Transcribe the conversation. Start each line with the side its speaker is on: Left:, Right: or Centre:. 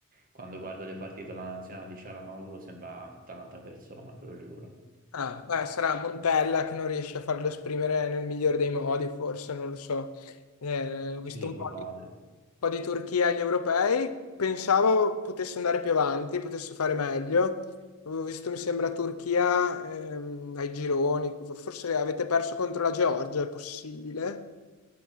Right: quando guardo le partite della Nazionale di Cialanoglu sembra tutta un'altra persona, te lo giuro.
Left: Ah, beh, sarà Montella che non riesce a farlo esprimere nel migliore dei modi, forse, non lo so. Eh, ho
Right: Sì,
Left: visto un
Right: è
Left: po'
Right: probabile.
Left: di, un po' di Turchia agli europei, pensavo potesse andare più avanti, potesse fare meglio. Avevo visto, mi sembra, Turchia ehm, ai gironi, forse avete perso contro la Georgia, è possibile?